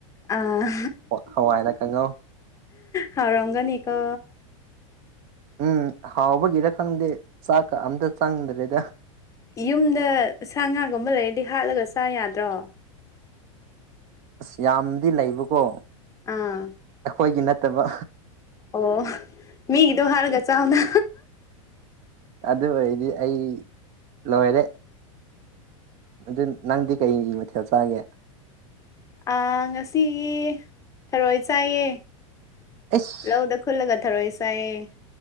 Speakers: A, on the left; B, on the right.
A: ꯑꯥ
B: ꯍꯧ ꯍꯋꯥꯏꯅ ꯀꯥꯡꯍꯧ
A: ꯍꯥꯎꯔꯝꯒꯅꯤꯀꯣ
B: ꯎꯝ ꯍꯥꯎꯕꯒꯤꯔ ꯈꯪꯗꯦ ꯆꯥꯛꯀ ꯑꯝꯇ ꯆꯪꯗꯔꯦꯗ
A: ꯌꯨꯝꯗ ꯁꯥ ꯉꯥꯒꯨꯝꯕ ꯂꯩꯔꯗꯤ ꯍꯥꯠꯂꯒ ꯆꯥ ꯌꯥꯗ꯭ꯔꯣ
B: ꯑꯁ ꯌꯥꯝꯗꯤ ꯂꯩꯕꯀꯣ
A: ꯑꯥ
B: ꯈꯣꯏꯒꯤ ꯅꯠꯇꯕ
A: ꯑꯣ ꯃꯤꯒꯤꯗꯣ ꯍꯥꯠꯂꯒ ꯆꯥꯎꯅ
B: ꯑꯗꯨ ꯑꯣꯏꯔꯗꯤ ꯑꯩ ꯂꯣꯏꯔꯦ ꯑꯗꯨ ꯅꯪꯗꯤ ꯀꯩ ꯃꯊꯦꯜ ꯆꯥꯒꯦ
A: ꯑꯥ ꯉꯁꯤꯒꯤ ꯊꯔꯣꯏ ꯆꯥꯏꯌꯦ
B: ꯑꯁ
A: ꯂꯧꯗ ꯈꯨꯜꯂꯒ ꯊꯥꯔꯣꯏ ꯆꯥꯏꯌꯦ